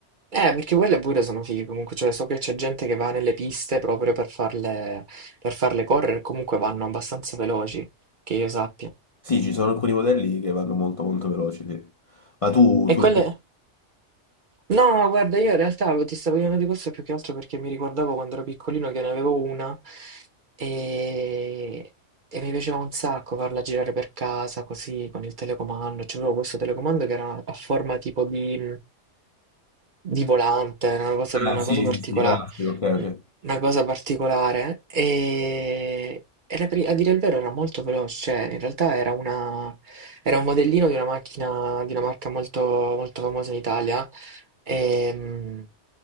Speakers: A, on the right; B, on the left.
A: eh, perché quelle pure sono fighe comunque, cioè so che c'è gente che va nelle piste proprio per farle, per farle correre, comunque vanno abbastanza veloci, che io sappia.
B: Sì, ci sono alcuni modelli che vanno molto molto veloci, sì. Ma tu,
A: E
B: tu
A: quelle...
B: le...
A: No, guarda, io in realtà ti stavo chiedendo di questo più che altro perché mi ricordavo quando ero piccolino che ne avevo una e, e mi piaceva un sacco farla girare per casa così con il telecomando. C'avevo questo telecomando che era a forma tipo di, di volante, era una cosa, una
B: Ah, sì,
A: cosa particolare,
B: sì, sì, classico, ok, ok.
A: una cosa particolare e, e la pri- a dire il vero era molto veloce, cioè, in realtà era una- era un modellino di una macchina di una marca molto molto famosa in Italia Ehm,